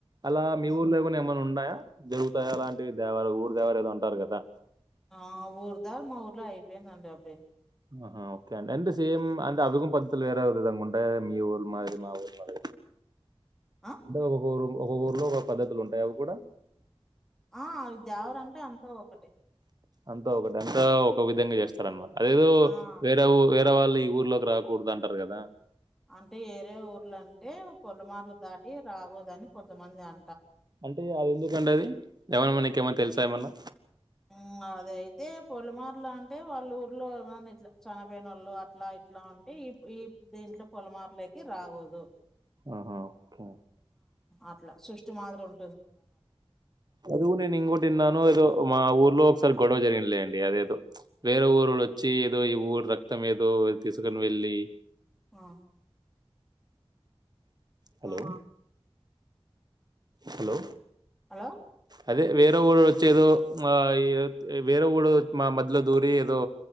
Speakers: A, on the right; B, in the centre.
A: అలా మీ
B: ఉమ్.
A: ఊర్లో ఏమన్నా ఉన్నాయా జరుగుతాయా అలాంటివి దేవార ఊరు దేవారు ఏదో ఉంటారు కదా.
B: ఆ ఊరు దారు మా ఊర్లో అయిపోయిందంట అప్పుడే
A: ఆహా ఓకే అండి అంతే సేమ్ అంట అదుగం బత్తులు వేరే విధంగా ఉంటాయ్. మీ ఊర్ మాదిరి మా ఊర్ మాదిరి
B: ఆ
A: అంటే ఒక ఊరు ఒక ఊర్లో ఒక పద్ధతులు ఉంటాయి అవి కూడా.
B: ఆ దేవర అంటే అంత ఒకటే.
A: అంతా ఒకటే అంతా ఒక విధంగా చేస్తారు అనమాట అదేదో
B: ఆ
A: వేరే ఊ వేరే అంటే వాళ్ళి ఈ ఊర్లోకి రాకూడదు అంటారు కదా.
B: అంటే ఏరే ఊర్లు అంటే పొలమార్లు దాటి రాగదుని కొంతమంది అ
A: అంటే అది ఎందుకండి అది ఏమన్నా మనకేమన్నా తెలుసా ఏమన్నా.
B: ఊ అద అయితే పులమార్లు అంటే వాళ్ళ ఊర్లో ఏమన్నా ఇట్లా చనిపోయిన వాళ్ళు అ ఇట్లా ఇట్లా ఉంటే ఈ ఈ దీంట్లో పొలమార్లేకి రాగోదు.
A: ఆహా ఓ
B: అట్లా సృష్టి మాదిరిం
A: అది కూడా నేను ఇంకొటిన్నాను ఏదో మా ఊరు ఊ లో ఒకసారి గొడవ జరిగినలెండి అదెదో వేరే ఊరోళ్లు వచ్చి ఏదో ఈ ఊరు రక్తం ఏదో తీసుకు వెళ్ళి
B: ఆ
A: హలో
B: ఆ
A: హలో
B: హలో
A: అదే వేరే ఊరోడు వచ్చి ఏదో మ ఇ ఆ వేరే ఊరోడు మా మద్యలో దూరి ఏదో